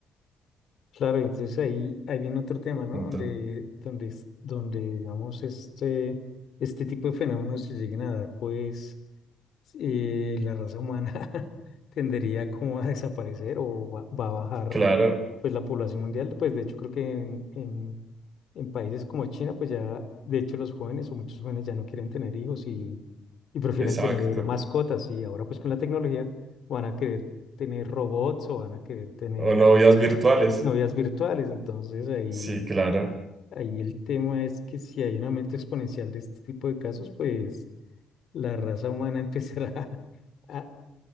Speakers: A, on the left; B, on the right.
A: Claro, entonces ahí, ahí viene otro tema, ¿no?
B: Entonces,
A: Donde, donde, es- donde digamos, este, este tipo de fenómenos se lleguen a dar, pues eh, la raza humana <laughs> tendería como a desaparecer o va, va a bajar,
B: claro,
A: pues la población mundial. Pues de hecho creo que en, en, en países como China, pues ya, de hecho los jóvenes o muchos jóvenes ya no quieren tener hijos y, y prefieren
B: exacto.
A: tener mascotas y ahora pues con la tecnología van a querer tener robots o van a querer tener
B: O novias virtuales.
A: novias virtuales. Entonces ahí,
B: Sí, claro,
A: ahí el tema es que si hay un aumento exponencial de este tipo de casos, pues la raza humana empezará <laughs> a,